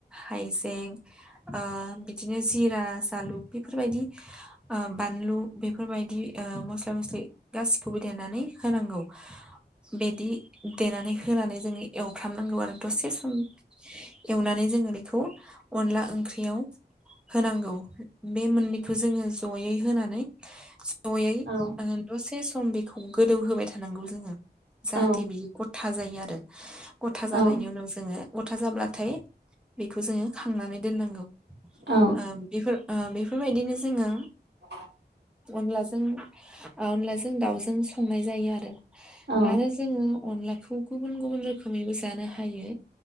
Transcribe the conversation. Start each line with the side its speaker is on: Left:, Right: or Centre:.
Centre: हाइजें ओ बिदिनो जिरा जालु बेफोरबादि ओ बानलु बेफोरबादि ओ मसला मसलि गासिखौबो देनानै होनांगौ बिदि देनानै होनानै जोङो एवफ्रामनांगौ आरो। दसे सम एवनानै जोङो बेखौ अनला ओंख्रियाव होनांगौ बे मोननैखौ जोङो जयै होनानै जयै आ
Right: औ
Centre: दसे सम बेखौ गोदौ होबाय थानांगौ जोङो जाहाथे
Right: औ
Centre: बियो गथा जायो आरो। गथा जानायनि
Right: औ
Centre: उनाव जोङो गथा जाब्लाथाय बेखौ जोङो खांनानै दोननांगौ।
Right: औ
Centre: ओ बेफोर ओ बेफोरबायदिनो जोङो
Right: <unintelligible>
Centre: अनलाजों अनलाजों दाउजों संनाय जायो आरो
Right: औ
Centre: आरो जोङो अनलाखौ गुबुन गुबुन रोखोमैबो जानो हायो